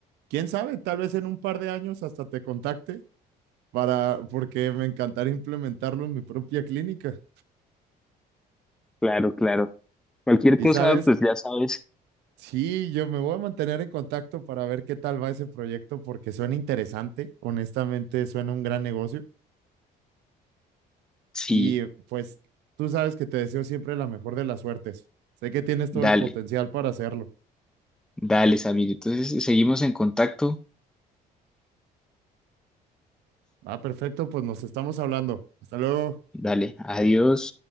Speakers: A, on the right (about 85°); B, in the centre.
A: quién sabe, tal vez en un par de años hasta te contacte para, porque me encantaría implementarlo en mi propia clínica.
B: Claro, claro. Cualquier
A: Y
B: cosa,
A: sabes,
B: pues ya sabes.
A: sí, yo me voy a mantener en contacto para ver qué tal va ese proyecto porque suena interesante, honestamente suena un gran negocio
B: Sí,
A: y pues tú sabes que te deseo siempre la mejor de las suertes. Sé que tienes todo
B: dale,
A: el potencial para hacerlo.
B: dale, Samir. Entonces, seguimos en contacto.
A: Ah, perfecto, pues nos estamos hablando. Hasta luego.
B: Dale, adiós.